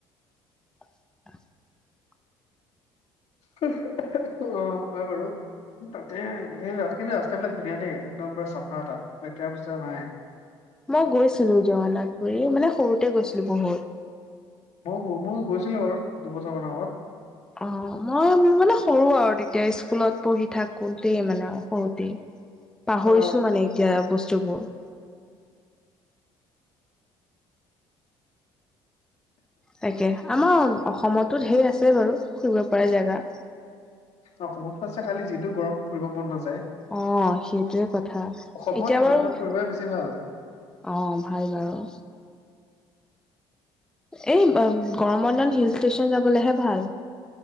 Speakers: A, in the centre; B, on the left.
A: <inaudible>
B: অ' হয় বাৰু তাতে <unintelligible> কিন্তু ৰাস্তাবিলাক ধুনীয়া দেই, একদম পুৰা চাফা তাত, লেতেৰা পেতেৰা নাই।
A: মই গৈছিলোঁ জগন্নাথ পুুৰী মানে সৰুতে গৈছিলোঁ বহুত।
B: মই মই গৈছিলোঁ বাৰু দুবছৰ মানৰ আগত।
A: অ' মই মানে সৰু আৰু তেতিয়া, ইস্কুলত পঢ়ি থাকোতেই মানে সৰুতেই। পাহৰিছোঁ
B: অ
A: মানে এতিয়া বস্তুবোৰ। তাকে, আমাৰ অসমতো ঢেৰ আছে বাৰু ফুৰিব পৰা জেগা।
B: অসমতো আছে খালি যিহেতু গৰম ফুৰিব মন নাযা
A: অ' সেইটোয়ে কথা।
B: অসমত
A: এতিয়া
B: ঠাণ্ডা
A: বাৰু
B: দিনত ফুৰিবই বেছি ভাল
A: অ' ভাল বাৰু। অ' এই গৰমৰ দিনত হিল ষ্টেচন যাবলেহে ভাল।